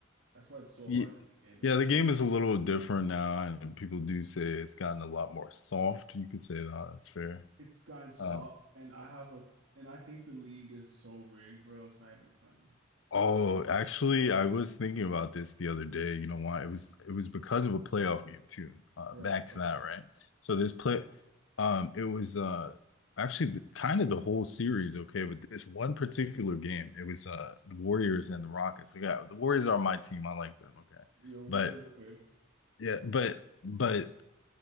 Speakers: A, on the right (about 80°); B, on the left (about 70°).
A: that's why it's so
B: Ye-
A: hard to make it in the
B: Yeah,
A: league.
B: the game is a little different now, and people do say it's gotten a lot more soft. You could say that, that's fair.
A: It's gotten soft,
B: Uh,
A: and I have a, and I think the league is so rigged, bro. It's not even funny.
B: Oh, actually, I was thinking about this the other day. You know why? It was it was because of a playoff game too. Uh,
A: Right.
B: back
A: Okay.
B: to that, right? So this play, um, it was uh actually the, kind of the whole series, okay, but this one particular game, it was uh the Warriors and the Rockets. Like, yeah, the Warriors are my team. I like them, okay,
A: Your words.
B: but
A: Okay.
B: yeah, but but